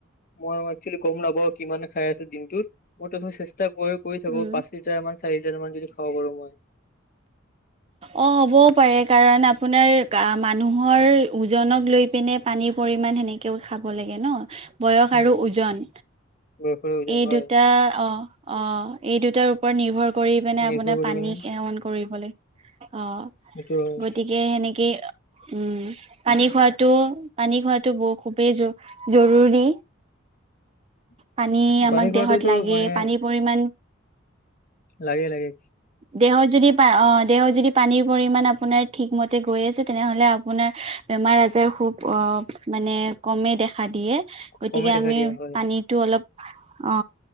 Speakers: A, on the left (about 40°); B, on the right (about 30°).
A: মই একচেলি গ'ম নাপাওঁ কিমান খাই আছে দিনটোত। মই তথাপিও চেষ্টা কৰি কৰি থাকো
B: উম,
A: পাঁচ লিটাৰ মান চাৰি লিটাৰ মান যদি খাব পাৰো মই। <inaudible>
B: অঁ হ'বও পাৰে কাৰণ আপোনাৰ মানুহৰ ওজনক লৈ পিনে পানীৰ পৰিমাণ সেনেকেও খাব লাগে ন বয়স
A: উম
B: আৰু ওজন
A: বয়সৰ ওজন
B: এই
A: হয়
B: দুটা অ, অ, এই দুটা তাৰ ওপৰত নিৰ্ভৰ কৰি পিনে
A: নিৰ্ভৰ
B: আপোনাৰ
A: কৰি
B: পানী
A: কিনে
B: সেৱন কৰিবলৈ অ
A: সেইটো হয়
B: গতিকে সেনেকে উম পানী খোৱাটো পানী খোৱাটো ব খুবেই জৰুৰী
A: উ
B: পানী আমাক
A: পানী খোৱাটোতো
B: দেহত লাগে
A: মানে
B: পানীৰ পৰিমাণ
A: লাগে লাগে
B: দেহ যদি অঁ দেহত যদি পানীৰ পৰিমাণ আপোনাৰ ঠিকমতে গৈ আছে তেনেহ'লে আপোনাৰ বেমাৰ আজাৰ খুব মানে কমেই দেখা দিয়ে গতিকে
A: কমে দেখা
B: আমি
A: দিয়া হয়
B: পানীতটো অলপ অ